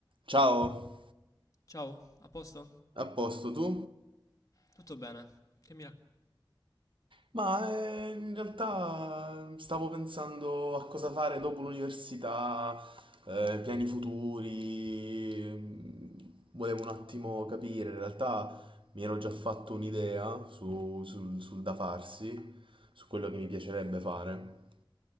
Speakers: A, on the right; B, on the left.
A: Ciao,
B: Ciao, a posto?
A: a posto tu?
B: Tutto bene? Che mi rac-
A: Ma eh, in realtà eh, stavo pensando a cosa fare dopo l'università, eh, piani futuri. mm, Volevo un attimo capire, in realtà mi ero già fatto un'idea su- sul, sul da farsi, su quello che mi piacerebbe fare.